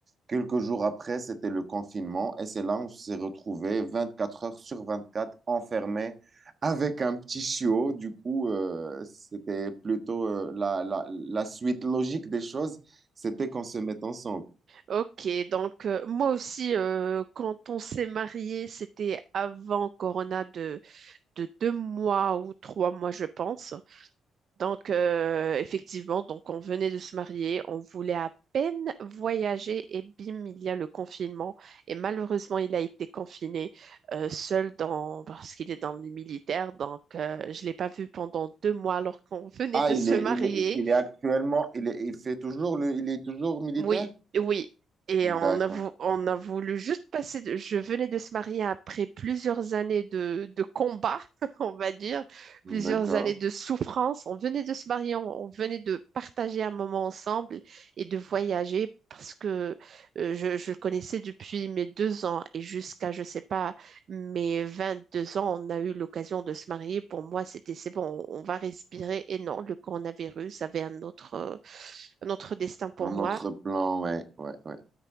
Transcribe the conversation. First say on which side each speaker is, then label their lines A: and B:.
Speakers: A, on the right; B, on the right.
A: quelques jours après, c'était le confinement. Et c'est là où on s'est retrouvés 24 heures sur 24 enfermés avec un petit chiot. Du coup, euh, c'était plutôt euh, la, la, la suite logique des choses, c'était qu'on se mette ensemble.
B: ok. Donc, euh, moi aussi, euh, quand on s'est marié, c'était avant Corona de, de deux mois ou trois mois, je pense. Donc, euh, effectivement, donc on venait de se marier, on voulait à peine voyager et bim, il y a le confinement. Et malheureusement, il a été confiné euh, seul dans, parce qu'il est dans le militaire. Donc, euh, je ne l'ai pas vu pendant deux mois alors qu'on venait
A: Ah,
B: de
A: il
B: se
A: est,
B: marier.
A: il est, il est actuellement, il est, il fait toujours le, il est toujours militaire?
B: Oui, oui. Et
A: D'accord,
B: on a, vou- on a voulu juste passer. de- Je venais de se marier après plusieurs années de, de combat, <laughs> on va dire, plusieurs
A: d'accord.
B: années de souffrance. On venait de se marier, on, on venait de partager un moment ensemble et de voyager parce que euh, je, je le connaissais depuis mes deux ans et jusqu'à, je sais pas, mes 22 ans, on a eu l'occasion de se marier. Pour moi, c'était c'est bon, on va respirer. Et non, le coronavirus avait un autre. euh, notre destin pour
A: Un
B: moi
A: autre plan, ouais, ouais, ouais.